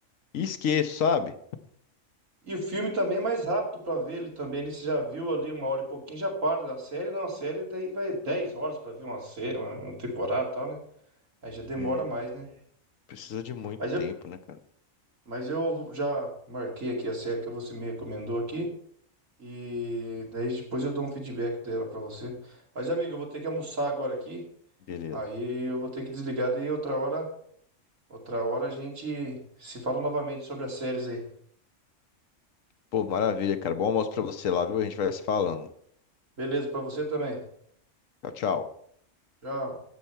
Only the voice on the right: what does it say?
E o filme também é mais rápido pra ver ele também. Ele você já viu ali uma hora e pouquinho, já para da série. Não, a série daí vai 10 horas pra ver uma série, uma uma temporada e tal, né? Aí já demora
mais, né?
Mas eu,
mas eu já marquei aqui a série que você me recomendou aqui. E daí depois eu dou um feedback dela pra você. Mas, amigo, eu vou ter que almoçar agora aqui.
Aí eu vou ter que desligar. Daí outra hora, outra hora a gente se fala novamente sobre as séries aí.
Beleza, pra você também.
Tchau.